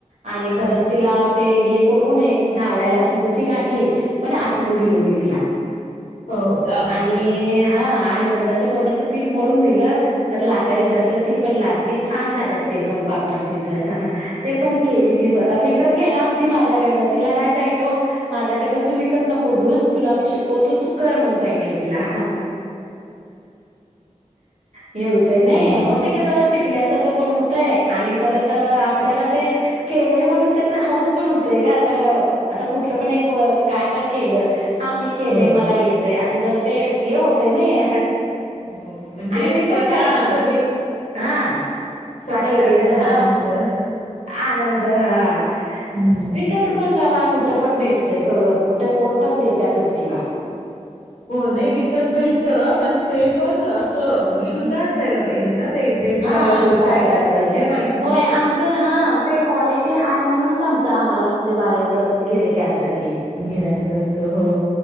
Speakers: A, on the right; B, on the left.
A: आणि परत
B: हा
A: तिला ते हे करून हे घालायला ति जं ती घाातली पण आठवून दिलो मी तिला.
B: हो का हम्
A: आणि
B: हम.
A: हा आणि उडदाच्या पापड्याचं पीठ मळून दिलं तर लाटायला धरलं ती पण लाट. छान झालेत ते पण पापड तिचं. ते पण केली ती स्वतः व विकत घेणार होती माझ्याकडनं तिला काय सांगितलो माझ्याकडन तू विकत नको घेऊस तुला मी शिकवतो तू कर म्हणून सांगितलं तिला. हे व्हतय नाही
B: बर
A: मग ते कस शिक पण होतय आणि परत आपल्याला ते केलंय म्हणून त्याचा हाऊस पण होतय का आता. आता कुठलं पण एक काय पण केलं हा मी केलेय
B: हो
A: मला येतय असं जरा ते हे होत. ते नाही.
B: हो म्हणजे
A: आणि विकत
B: स्वतः
A: काय कुठं विक हा
B: स्वतः
A: केलेलं
B: करण्याचा
A: जरा
B: आनंद.
A: आनंद हा.
B: हम्म
A: विकत पण बाबा कुठं पण भेटतय करून. कुठं कोण पण देतातच किंवा.
B: हो नाही विकत भेटत पण ते पण असं शुद्ध असायला पाहिजे ना. ते भेसळ
A: हा शुद्ध
B: किंवा
A: असायला
B: काय टाकतात
A: पाहिजे
B: हे माहित नसतं.
A: होय आमच हा ते क्वालिटी हाय म्हणून आमच आम्हाला म्हणजे बाळ एवढं गिराइक असतात. हे
B: गिराईक असत हो.